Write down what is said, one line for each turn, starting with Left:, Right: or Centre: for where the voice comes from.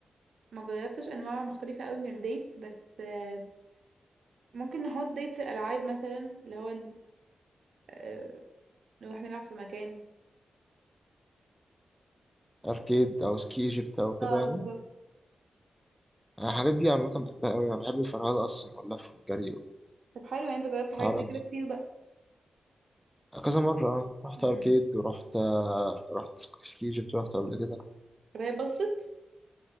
Right: ما جربتش أنواع مختلفة أوي من الديتس بس أه... ممكن نحط ديتس الألعاب مثلا اللي هو ال... أه... نروح نلعب في مكان
Centre: اركيد او سكي ايجيبت او كده
Right: اه
Centre: يعني
Right: بالظبط
Centre: أنا الحاجات دي عامة بحبها قوي انا بحب الفرهدة اصلا واللف والجري
Right: طب حلو يعني انت جربت حاجات
Centre: والحوارات
Right: زي كده
Centre: دي
Right: كتير بقى
Centre: كذا مرة اه رحت
Right: مم.
Centre: أركيد ورحت آه، رحت سكي ايجيبت رحت قبل كده
Right: طب هي اتبسطت